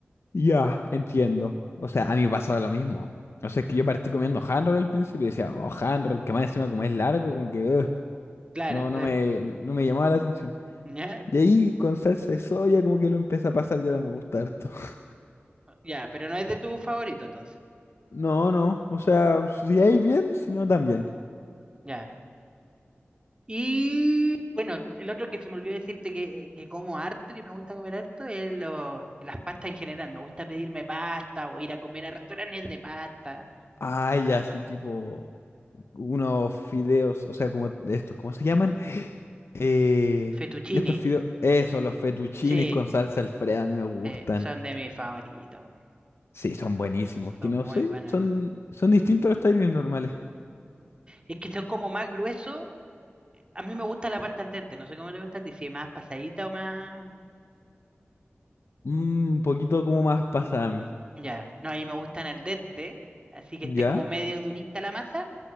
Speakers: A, on the left; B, on the right.
A: Ya, entiendo. O sea, a mí me pasaba lo mismo. O sea, es que yo partí comiendo hand roll al principio y decía, oh, hand roll, que más encima como es largo, como que "Ugh".
B: Claro,
A: no,
B: sí,
A: no me,
B: po.
A: no no me llamaba la atención.
B: ya,
A: Y ahí con salsa de soya como que lo empieza a pasar, ya no me gusta harto. <laughs>
B: ya, pero no es de tu favorito entonces.
A: No, no, o sea, si hay bien, si no también.
B: Ya. Y bueno, el otro que se me olvidó decirte que, que como harto, que me gusta comer harto, es lo- las pastas en general. Me gusta pedirme pasta o ir a comer a restaurantes de pasta.
A: Ay, así tipo unos fideos, o sea, como de estos, ¿cómo se llaman? Eh,
B: Fettuccini.
A: estos fideos, eso, los fettuccines
B: Sí,
A: con salsa Alfredo, a mí me gustan.
B: sí, son de mis favoritos.
A: Sí, son buenísimos. Que
B: Son
A: no
B: muy
A: sé,
B: buenos.
A: son, son distintos a los tallarines normales.
B: Es que son como más gruesos. A mí me gusta la pasta al dente. No sé cómo te gusta a ti, si es más pasadita o más.
A: Mm, un poquito como más pasa a mí.
B: Ya, no, a mí me gustan al dente. Así que
A: ¿Ya?
B: esté como medio durita la masa.